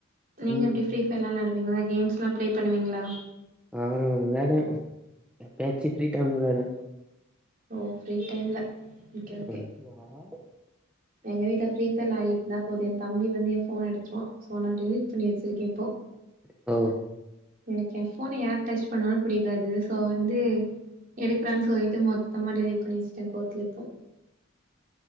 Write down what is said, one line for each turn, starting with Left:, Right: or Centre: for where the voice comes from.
Right: நீங்க
Centre: ம்
Right: எப்படி ஃபிரீ ஃபயர்ல்லா விளாடுவீங்களா கேம்ஸ்ல்லா பிளே பண்ணுவீங்களா
Centre: ஆ விளாடுவே எப்பயாச்சு ஃப்ரீ டைம்ல விளாடுவே
Right: ஓ ஃப்ரீ டைம்ல
Centre: <inaudible>
Right: ஓகே ஓகே எங்க வீட்ல ஃபிரீஃபயர் ஆடிட்டு இருந்தா போதன் தம்பி வந்து என் ஃபோன எடுத்ருவா சோ நா டிலேட் பண்ணி வச்சுிருக்கே இப்போ
Centre: ஆ
Right: எனக்கு எ ஃபோனை யார் டச் பண்ணாலு பிடிக்காது சோ வந்து எடுக்கிறான் சொல்லிட்டு மொத்தமா டிலேட் பண்ணி வச்சுட்டே கோவத்துல இப்போ